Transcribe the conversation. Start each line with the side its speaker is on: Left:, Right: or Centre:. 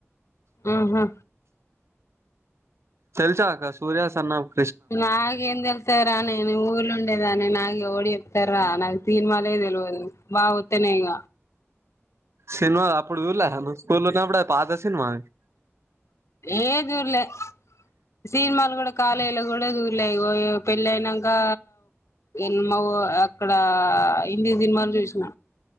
Left: ఆహా.
Right: తెల్సా అక్కా సూర్యా సన్నాఫ్
Left: నాకేం తెల్సు. త్తదిరా నేను ఊర్లో ఉండేదాన్నే నాకు ఎవడు చెప్తడురా నాకు సినిమాలే తెలవదు బావ వత్తనే ఇగ.
Right: సినిమాలు అప్పుడు చూల్లేదా నువ్వు స్కూల్ల ఉన్నపుడు అది పాత సినిమా.
Left: ఏది చూడ్లె సినిమాలు కూడా కాలేజ్ల కూడా చూడ్లే ఇగొ ఇగ పెళ్ళయినంకా ఎ మా అక్కడ హిందీ సినిమాలు చూశిన.